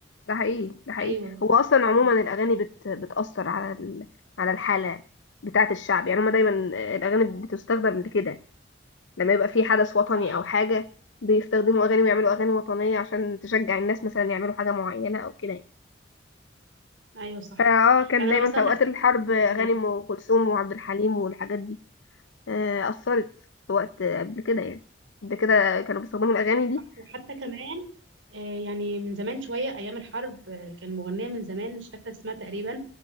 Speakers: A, on the left; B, on the right.
A: ده حقيقي ده حقيقي
B: ايوه
A: هو اصلا
B: كتير.
A: عموما الاغاني بت... بتاثر على ال... على الحاله بتاعه الشعب يعني هما دايما الاغاني بتستخدم لكده لما يبقى في حدث وطني
B: صح
A: او حاجه بيستخدموا اغاني ويعملوا اغاني وطنيه عشان تشجع الناس مثلا يعملوا حاجه معينه او كده يعني
B: ايوه صح
A: فاه كان
B: يعني
A: دايما
B: انا مثلا
A: في اوقات
B: افتكر
A: الحرب اغاني
B: ان
A: ام كلثوم وعبد الحليم والحاجات دي آه، اثرت في وقت قبل كده يعني قبل كده كانوا بيستخدموا الاغاني دي
B: صح وحتى كمان آه، يعني من زمان شويه ايام الحرب آه، كان مغنيه من زمان مش فاكره اسمها تقريبا